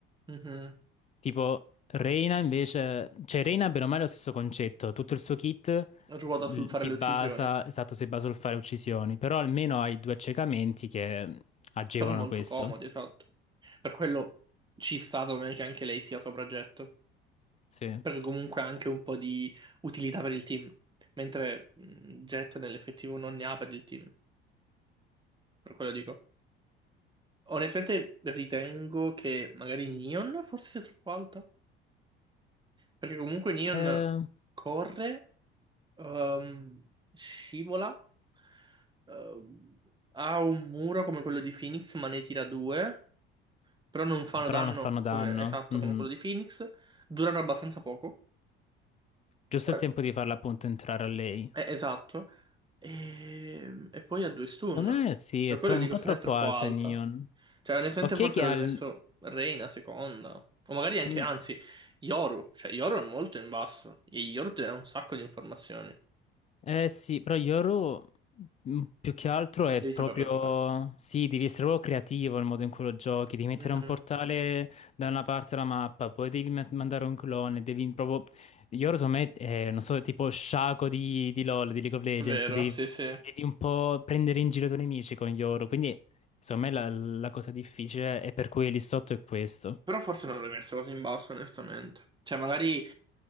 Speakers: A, on the right (about 15°); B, on the left (about 25°).
A: Mhm.
B: Tipo, Reina invece, cioè Reina bene o male è lo stesso concetto, tutto il suo kit
A: Ruota
B: l-
A: sul fare
B: si
A: le
B: basa,
A: uccisioni.
B: esatto, si basa sul fare uccisioni, però almeno hai due accecamenti che agevolano
A: Sono molto
B: questo.
A: comodi, esatto. Per quello ci sta secondo me che anche lei sia sopra Jet,
B: Sì.
A: perché comunque ha anche un po' di utilità per il team, mentre mm, Jet nell'effettivo non ne ha per il team, per quello dico. Onestamente ritengo che magari Neon forse sia troppo alta, perché comunque Neon
B: Ehm,
A: corre, ehm, scivola, ehm, ha un muro come quello di Phoenix, ma ne tira due, però non fanno
B: Eh, però
A: danno
B: non fanno
A: come,
B: danno.
A: esatto
B: Mhm.
A: come quello di Phoenix, durano abbastanza poco,
B: Giusto il
A: Eh,
B: tempo di farla appunto entrare a lei.
A: eh, esatto, e, e poi ha due stun,
B: Secondo me sì,
A: per
B: è
A: quello
B: tro-
A: dico
B: un po'
A: secondo
B: troppo
A: me è troppo
B: alta
A: alta.
B: Neon.
A: Cioè, onestamente
B: Ok
A: forse
B: che
A: avrei
B: ha il...
A: messo Reina seconda. O magari anche,
B: mm,
A: anzi, Yoru. Cioè, Yoru è molto in basso. E Yoru ti dà un sacco di informazioni.
B: Eh sì, però Yoru mm, più che altro è
A: Devi
B: proprio...
A: saperlo giocare.
B: Sì, devi essere proprio creativo nel modo in cui lo giochi, devi mettere
A: Mhm.
B: un portale da una parte della mappa, poi devi ma- mandare un clone, devi proprio... Yoru secondo me è, non so, tipo sciaco di, di LoL, di League of Legends,
A: È Vero,
B: devi,
A: sì, sì.
B: devi un po' prendere in giro i tuoi nemici con Yoru, quindi secondo me la, la cosa difficile è per cui lì sotto è questo.
A: Però forse non l'avrei messo così in basso, onestamente. Cioè, magari